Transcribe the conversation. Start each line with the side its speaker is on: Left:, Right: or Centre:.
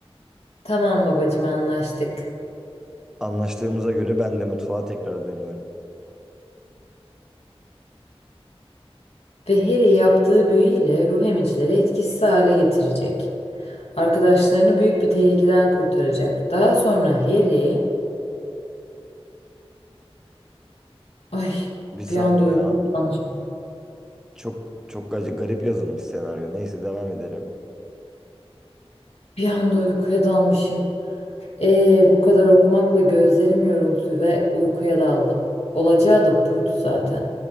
Left: Tamam babacığım anlaştık.
Centre: Anlaştığımıza göre ben de mutfağa tekrar dönüyorum.
Left: Ve Harry yaptığı büyüyle ruh emicileri etkisiz hale getirecek. Arkadaşlarını büyük bir tehlikeden kurtaracak. Daha sonra Harry... Ay
Centre: Bir saniye
Left: bir anda uykuya
Centre: ya.
Left: dalmışım.
Centre: Çok çok gacı- garip yazılmış senaryo. Neyse devam edelim.
Left: Bir anda uykuya dalmışım. Ee, bu kadar okumakla gözlerim yoruldu ve uykuya daldım. Olacağı da buydu zaten.